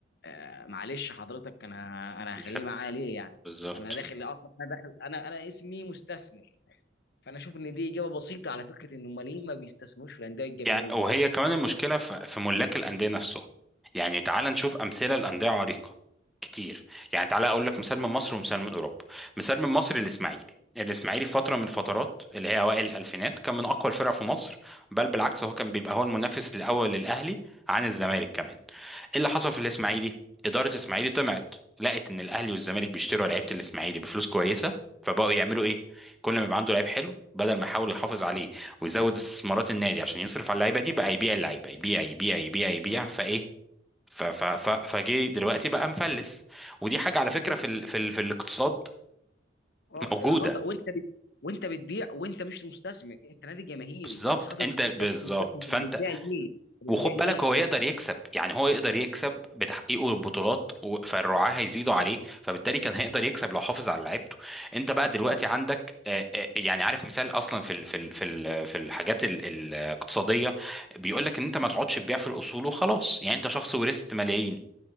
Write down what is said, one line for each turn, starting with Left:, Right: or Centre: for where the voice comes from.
Left: آه معلش حضرتك انا انا
Centre: مش
Left: هخليه
Centre: هت-
Left: معايا ليه يعني
Centre: بالظبط
Left: انا داخل اصلا انا داخل انا انا اسمي مستثمر فانا اشوف ان دي اجابه بسيطه على فكره ان امال ليه ما بيستثمروش في الانديه الجماهيريه
Centre: يعني وهي كمان المشكلة في في ملاك الأندية نفسه يعني تعال نشوف أمثلة لأندية عريقة كتير يعني تعال أقول لك مثال من مصر ومثال من أوروبا مثال من مصر الإسماعيلي الإسماعيلي في فترة من الفترات اللي هي أوائل الألفينات كان من أقوى الفرق في مصر بل بالعكس هو كان بيبقى هو المنافس الأول للأهلي عن الزمالك كمان إيه اللي حصل في الإسماعيلي إدارة الإسماعيلي طمعت لقت إن الأهلي والزمالك بيشتروا لعيبة الإسماعيلي بفلوس كويسة فبقوا يعملوا إيه كل ما يبقى عنده لعيب حلو بدل ما يحاولوا يحافظ عليه ويزود استثمارات النادي عشان يصرف على اللعيبه دي بقى يبيع اللعيبه يبيع يبيع يبيع يبيع فايه ف- ف- ف- فجه دلوقتي بقى مفلس ودي حاجه على فكره
Left: بالظبط.
Centre: في ال في ال في الاقتصاد
Left: اه
Centre: موجوده
Left: آه، خطا وانت بت... وانت بتبيع وانت مش مستثمر انت نادي جماهيري
Centre: بالظبط
Left: يعني حضرتك
Centre: انت بالظبط
Left: انت مش مستثمر
Centre: فانت
Left: بتبيع ليه بتبيع
Centre: وخد
Left: ليه
Centre: بالك هو يقدر يكسب يعني هو يقدر يكسب بتحقيقه للبطولات و- فالرعاة هيزيدوا عليه فبالتالي كان هيقدر يكسب لو حافظ على لعيبته انت بقى
Left: بالظبط
Centre: دلوقتي عندك آه، آه، يعني عارف مثال اصلا في ال- في ال- في ال- في الحاجات ال- ال- الاقتصاديه بيقول لك ان انت ما تقعدش تبيع في الاصول وخلاص يعني انت شخص ورثت ملايين